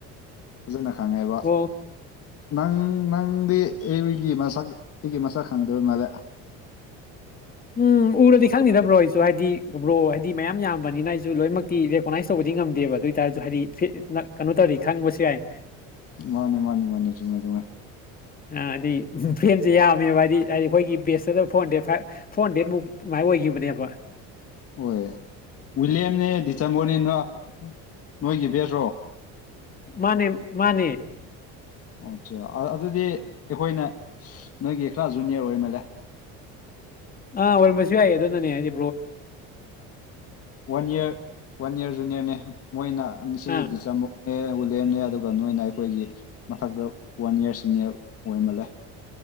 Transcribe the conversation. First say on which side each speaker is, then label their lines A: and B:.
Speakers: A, on the left; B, on the left.
A: ꯐꯖꯅ ꯈꯪꯉꯦꯕ
B: ꯑꯣ
A: ꯅꯪ ꯅꯪꯗꯤ ꯑꯩꯒꯤ ꯃꯁꯛ ꯑꯩꯒꯤ ꯃꯁꯛ ꯈꯪꯗꯧ ꯃꯥꯜꯂꯦ
B: ꯎꯝ ꯎꯔꯗꯤ ꯈꯪꯅꯤꯗꯕ꯭ꯔꯣ ꯑꯩꯁꯨ ꯍꯥꯏꯗꯤ ꯎꯕ꯭ꯔꯣ ꯍꯥꯏꯗꯤ ꯃꯌꯥꯝ ꯌꯥꯝꯕꯅꯤꯅ ꯑꯩꯁꯨ ꯂꯣꯏꯅꯃꯛꯇꯤ ꯔꯦꯀꯣꯅꯥꯏꯁ ꯇꯧꯕꯗꯤ ꯉꯝꯗꯦ ꯦꯕ ꯑꯗꯨ ꯑꯣꯏꯇꯥꯔꯁꯨ ꯍꯥꯏꯗꯤ ꯀꯩꯅꯣ ꯇꯧꯔꯤ ꯈꯪꯕꯁꯨ ꯌꯥꯏ
A: ꯃꯥꯅꯤ ꯃꯥꯅꯤ ꯃꯥꯅꯤ ꯆꯨꯝꯃꯦ ꯆꯨꯝꯃꯦ
B: ꯍꯥꯏꯗꯤ ꯐꯦꯟꯁꯦ ꯌꯥꯝꯃꯦꯕ ꯍꯥꯏꯗꯤ ꯍꯥꯏꯗꯤ ꯑꯩꯈꯣꯏꯒꯤ ꯕꯦꯁꯇꯗ phone hundred five four hundred ꯃꯨꯛ ꯃꯥꯏ ꯑꯣꯏꯈꯤꯕꯅꯦꯕ
A: ꯍꯣꯏ ꯋꯤꯂꯤꯌꯝꯅꯦ ꯗꯤꯆꯦꯝꯕꯣꯔꯅꯤ ꯅ ꯅꯣꯏꯒꯤ ꯕꯦꯁ
B: ꯃꯥꯅꯦ ꯃꯥꯅꯦ
A: ꯑꯆꯥ ꯑꯗꯨꯗꯤ ꯑꯩꯈꯣꯏꯅ ꯅꯣꯏꯒꯤ ꯈꯔ ꯖꯨꯅꯤꯌꯔ ꯑꯣꯏꯃꯜꯂꯦ
B: ꯑꯜꯝꯁꯕꯤ ꯍꯥꯏꯦ ꯑꯗꯨꯣ ꯅꯅꯦ ꯍꯥꯏꯦ
A: ꯋꯥꯅ ꯌꯦ ꯋꯥꯟ ꯏꯔ ꯨꯅꯤꯌꯔꯅꯦ ꯃꯣꯏꯅ ꯉꯁꯤ
B: ꯑꯥ
A: ꯗꯤꯆꯥꯃꯨꯛ ꯑꯦ ꯋ ꯂꯦꯝꯅꯦ ꯑꯗꯨꯒ ꯅꯣꯏꯅ ꯑꯩꯈꯣꯏꯒꯤ ꯃꯊꯛꯇ ꯋꯥꯟ ꯌꯔ ꯁꯤꯅꯤꯌꯔ ꯑꯣꯏꯔꯃꯜꯂꯦ